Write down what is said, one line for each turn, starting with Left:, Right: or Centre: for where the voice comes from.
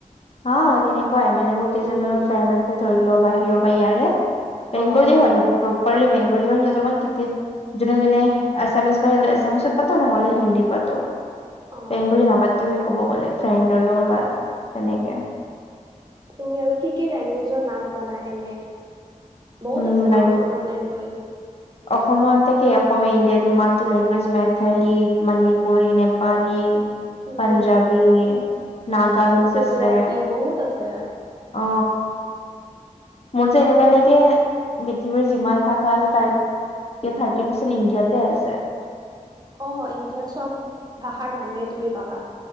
Left: অ তেনেকুৱাই মানে মোৰ কেইজন
Right: উম,
Left: ফ্ৰেণ্ড আছে ধৰি লোৱা বাই বা ইয়াৰে বেংগলী
Right: অ',
Left: হয় সিহঁ প্ৰপাৰলি বেংগলী বা সিহঁতৰ কেতিয়া যোনে যোনে আছামিছ পলে আছামিছত পাতও নহ'লে হিন্দীত পাতও
Right: অ'।
Left: বেংগলী নাপাতোয়ে ক'ব গ'লে ফ্ৰেণ্ডৰ লগত বা তেনেকে
Right: তুমি আৰু কি কি লেংগুৱেজৰ নাম জানা এনে বহুত
Left: উম
Right: আছে
Left: লেংগু
Right: ন অসমত লেংগুৱেজ
Left: অসমত থাকে অসমীয়া ইণ্ডিয়াত ইমানটো লেংগুৱেজ মেথালী, মণিপুৰী, নেপালী
Right: উম,
Left: পাঞ্জাবী, নাগামিজ
Right: গুজৰাটী
Left: আছে
Right: বহুত আছে
Left: অ মোৰতো এনেকুৱা লাগে পৃথিৱীৰ যিমান ভাষা আছে তাৰ এয়া থাৰ্টি পাৰ্চেণ্ট ইণ্ডিয়াতে আছে
Right: অ ইণ্ডিয়াত চব ভাষাৰ মানুহে তুমি পাবা